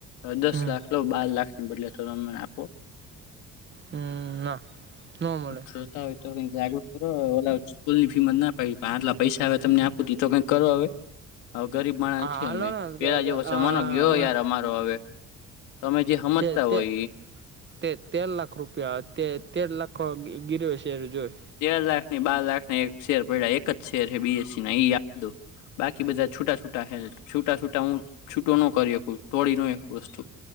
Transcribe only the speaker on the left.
દસ
લાખ બાર લાખ ની બદલે તો તમને આપો
જોતા હોય તો કંઈક <unintelligible> સ્કૂલ ફી મ ના પડી આટલા પૈસા આવે તમને આપું દી તો કંઈક કરો હવે હ ગરીબ માણા
નથી
અમે
પેલા
જેવો
સમાનો ગયો
યાર અમા તો હવે તમે જે હમજતા
હોય ઈ
તેાર લાખ ની બાર લાખ એક શેર પડ્યા એક જ શેર છે બીએસસી ના એ આપ દો બાકી બધા છૂટા છૂટા છે છૂટા છૂટા હું છૂટું ન કરી એક તોડી ન એક વસ્તુ